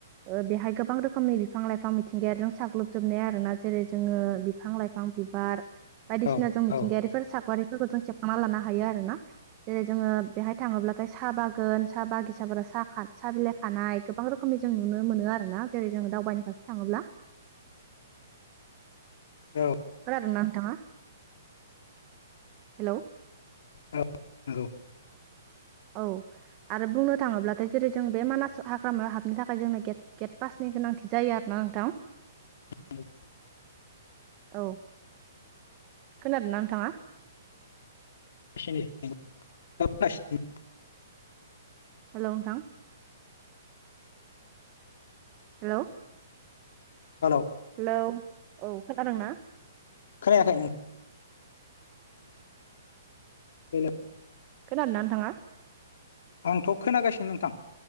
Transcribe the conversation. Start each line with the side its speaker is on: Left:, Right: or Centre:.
Right: ओ बेहाय गोबां रोखोमनि बिफां-लाइफां मिथिंगायारिजो साग्लोबजोबनाय आरो ना जेरै जोङो बिफां-लाइ फां बिबार बायदिसिना
Left: औ
Right: जों
Left: औ
Right: मिथिंगायारिफोर सावगारिफोरखौ जों सेबखांना लानो हायो आरोना जेरै जोङो बेहाय थाङोब्लाथाय साह बागान साहा बागिसाफोराव साहा साहा बिलाइ खानाय गोबां रोखोमनि जों नुनो मोनो आरोना जेरै जोङो दावबायनो फारसे थाङोब्ला
Left: औ
Right: खोनादोंना नोंथाङा हेलौ
Left: औ नंगौ
Right: औ आरो बुंनो थाङोब्लाथाय जेरै जों बे मानास हाग्रामायाव हाबनो थाखाय जोंनो गेट गेट पासनि गोनांथि जायो आरोना नोंथां।
Left: <inaudible>
Right: औ खोनादों ना नोंथाङा
Left: नि <unintelligible>
Right: हेल' नोंथां हेल'
Left: हेल'
Right: हेलौ औ खोनादोंना
Left: खोनायाखै हेल'
Right: खोनादोंना नोथांङा
Left: आंथ' खोनागासिनो नोंथां